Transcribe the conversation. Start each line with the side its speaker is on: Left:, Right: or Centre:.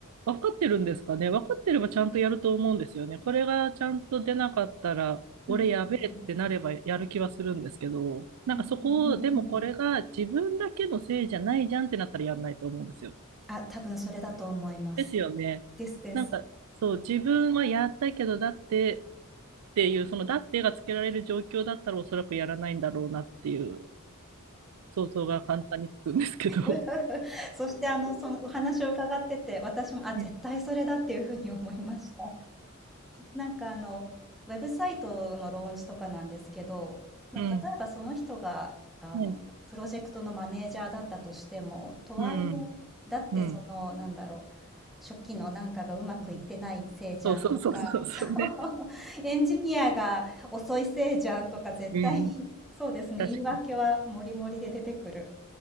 Right: 分かってるんですかね。分かってればちゃんとやると思うんですよね。これがちゃんと出なかったら、俺やべえってなればやる気はするんですけど、
Centre: うんうん
Right: なんかそこを、
Centre: うんうんうんうんうん
Right: でもこれが自分だけのせいじゃないじゃんってなったらやんないと思うんですよ。
Centre: あ、多分それだと思います。
Right: ですよね。
Centre: ですです。
Right: なんか、そう、自分はやったけど、だってっていう、そのだってがつけられる状況だったらおそらくやらないんだろうなっていう想像が簡単につくんですけど。
Centre: <laughs> そしてあの、そのお話を伺ってて、私も、あ、絶対それだっていうふうに思いました。
Right: うん。
Centre: なんかあの、ウェブサイトのローンチとかなんですけど、まあ、
Right: うん。
Centre: 例えばその人があの、
Right: はい。
Centre: プロジェクトのマネージャーだったとしても、とはいえ、
Right: うん。
Centre: だってその、
Right: うん。
Centre: なんだろう、初期のなんかがうまくいってないせいじゃんとか、
Right: うんそうそうそうそうそうね。
Centre: そう、エンジニアが遅いせいじゃんとか絶対に、
Right: うん。
Centre: そうですね、
Right: 確かに。
Centre: 言い訳はもりもりで出てくる。